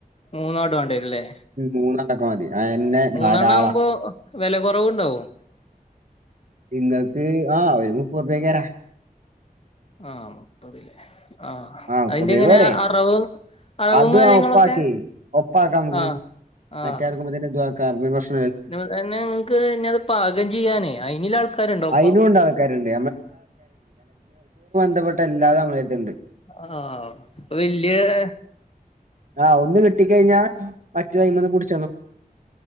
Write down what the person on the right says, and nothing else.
മൂന്ന- ഇക്കെ മതി അത് തന്നെ
ധാരാളാ
ഇന്നക്ക് ആഹ ഒരു- പുറത്തേക്ക് വരാം
ആ മുപ്പതുർപ്യക്ക്
പോരെ?
അതും
ആ ഒപ്പാക്കി. ഒപ്പാക്കാം നമുക്ക്.
മറ്റേ <unintelligible>
അയിനുണ്ട് ആൾക്കാരുണ്ട്. ഇഷ്‌പ്പെട്ട എല്ലാതും നമ്മടെ അടുത്ത് ഇണ്ട്
ആഹ് ഒന്ന് കിട്ടി കഴിഞ്ഞാ മറ്റു കൈന്ന് കൂടി-